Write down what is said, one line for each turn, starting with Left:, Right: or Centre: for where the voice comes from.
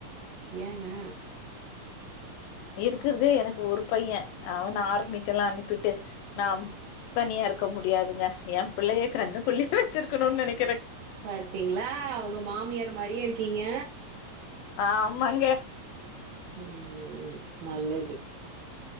Right: ஏங்க
Left: இருக்குறது எனக்கு ஒரு பைய அவன ஆர்மிக்கு எல்லா அனுப்பிட்டு நா தனியா இருக்க முடியாதுங்க எ பிள்ளைய கண்ணுக்குள்ளயே வெச்சிருக்கணுனு நெனைக்
Right: பாத்தீங்களா உங்க மாமியார் மாறியே இருக்கீங்க
Left: ஆமாங்க
Right: ம் ம் ம் நல்லது